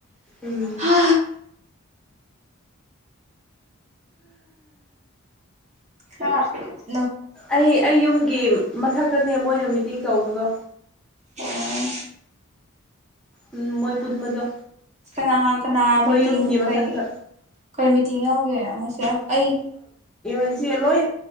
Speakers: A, in the centre; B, on the right (about 30°).
A: ꯎꯝ
B: ꯍ ꯍ ꯑ
A: ꯑꯩ ꯑꯩ ꯌꯨꯝꯒꯤ ꯃꯊꯛꯇꯅꯦ ꯃꯣꯏꯅ ꯃꯤꯇꯤꯡ ꯇꯧꯕꯗꯣ
B: ꯑꯣ
A: ꯎꯝ ꯃꯣꯏ ꯄꯨꯟꯕꯗꯣ
B: ꯀꯅꯥ ꯀꯅꯥ
A: ꯑꯩꯈꯣꯏ
B: ꯃꯤꯇꯤꯡ
A: ꯌꯨꯝꯒꯤ
B: ꯀꯩ
A: ꯃꯊꯛꯇ
B: ꯀꯩ ꯃꯤꯇꯤꯡ ꯌꯥꯎꯒꯦ ꯉꯁꯤ ꯑꯩ
A: ꯏꯟꯁꯤ ꯂꯣꯏ